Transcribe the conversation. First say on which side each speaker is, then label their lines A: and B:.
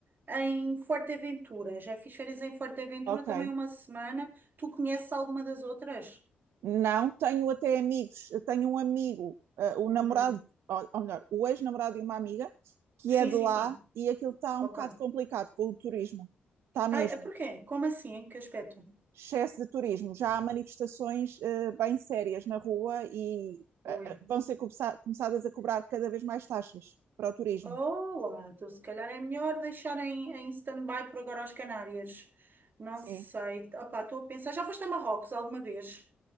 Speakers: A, on the right; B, on the right.
A: Em Forteventura, já fiz férias em Forteventura
B: ok.
A: também uma semana. Tu conheces alguma das outras?
B: Não, tenho até amigos. Eu Tenho um amigo, eh, o
A: Uhum.
B: namorado, ou, ou melhor, o ex-namorado de uma amiga, que
A: Sim,
B: é de
A: sim,
B: lá
A: sim.
B: e aquilo está
A: Ok.
B: um bocado complicado com o turismo. Está mesmo.
A: Ai, é porquê? Como assim? Em que aspecto?
B: Excesso de turismo. Já há manifestações eh, bem sérias na rua e
A: Oi.
B: eh, eh, vão ser começa- começadas a cobrar cada vez mais taxas para o turismo.
A: Olá, então se calhar é melhor deixar em, em stand-by por agora as Canárias. Não
B: Sim.
A: sei. Opá, estou a pensar. Já foste a Marrocos alguma vez?